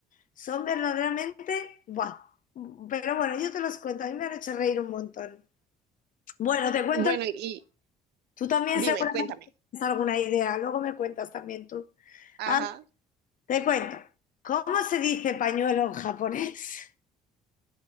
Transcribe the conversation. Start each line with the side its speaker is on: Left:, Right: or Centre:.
Left: son verdaderamente, ¡buah! Pero bueno, yo te los cuento, a mí me han hecho reír un montón. Bueno, te cuento
Right: bueno, y
Left: Tú también
Right: dime,
Left: seguramente
Right: cuéntame.
Left: tienes alguna idea, luego me cuentas también tú.
Right: Ajá,
Left: Ah, te cuento. ¿Cómo se dice pañuelo en japonés? <laughs>